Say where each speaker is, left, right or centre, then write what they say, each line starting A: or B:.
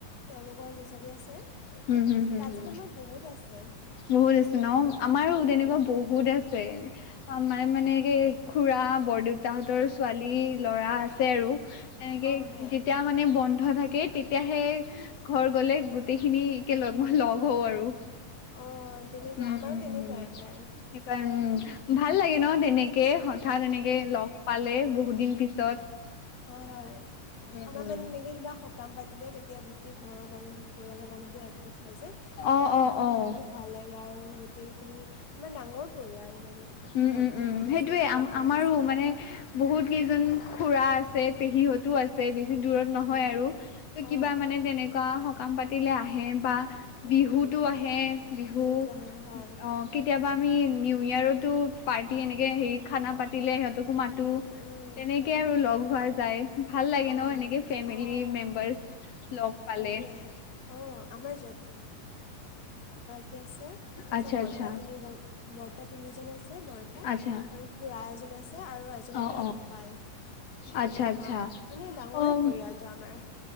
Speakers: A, on the left; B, on the left.
A: তেওঁলোকৰ ল'ৰা ছোৱালী আছে।
B: উম, হম, হম,
A: কাজিন
B: হম,
A: আমাৰ বহুত আছে
B: বহুত আছে ন আমাৰো
A: উম।
B: তেনেকুৱা বহুত বহুত আছে। আমাৰ মানে কি খুৰা বৰদেউতাহঁতৰ ছোৱালী ল'ৰা আছে আৰু
A: আৰু
B: তেনেকে
A: সেই
B: যেতিয়া মানে বন্ধ থাকে তেতিয়াহে ঘৰ গ'লে গোট গোটেইখিনি একে লগ মই লগ হওঁ আৰু
A: অঁ তেনেকুৱাই
B: উম
A: আমাৰো
B: উম
A: তেনেকুৱাই
B: উম।
A: প্ৰায়
B: সেইকাৰণে উম ভাল লাগে ন তেনেকে হঠাৎ এনেকে লগ পালে বহুত দিন পিছ
A: দিন পিছত। অ হয়
B: উম
A: আমাৰ
B: উম
A: মানে এনেকে কিবা সকাম পাতিলে তেতিয়া গোট তেই ঘৰৰ মানুহবোৰ পৰিয়ালৰ মানুহবোৰ একগোট হয় যে
B: অ
A: তাক
B: অ
A: একদম
B: অ
A: খুব ভাল লাগে আৰু গোটেইখিনি আমাৰ ডাঙৰ পৰিয়াল মানে।
B: উম
A: বৰ্তাহঁত
B: উম উম সেইটোয়ে
A: আছে খুৰাহঁত
B: আম-আমাৰো
A: আছে
B: মানে বহুত কেইজন খুৰা আছে, পেহীহতো আছে বেছি
A: উম
B: দূৰত
A: উম
B: নহয় আৰু
A: অ
B: কিবা মানে তেনেকুৱা সকাম পাতিলে আহে বা
A: উম
B: বিহুতো আহে বিহু
A: বিহুতো আহে হয়
B: অ কেতিয়াবা আমি নিউ ইয়াৰতো পাৰ্টি এনেকে হেৰি খানা পাতিলে সিহঁতকো মাতো।
A: উম উম উম
B: তেনেকে
A: সেয়া
B: আৰু লগ হোৱা যায়, ভাল লাগে
A: অ
B: ন এনেকে ফেমিলি
A: অ অ
B: মেম্বাৰ্চ লগ পালে।
A: তাকে অ আমাৰ কে আছে তাপিছত
B: আচ্ছা
A: বৰতা
B: আচ্ছা
A: তিনি গ'ল বৰতা তিনি জন আছে বৰতা
B: আচ্ছা
A: আৰু খুৰা এজন আছে আৰু এজন
B: অ
A: খুৰা
B: অ
A: ঢুকাল তেনেকুৱা
B: আচ্ছা আচ্ছা
A: মানে ডাঙৰে
B: অ
A: পৰিয়ালটো আমাৰ।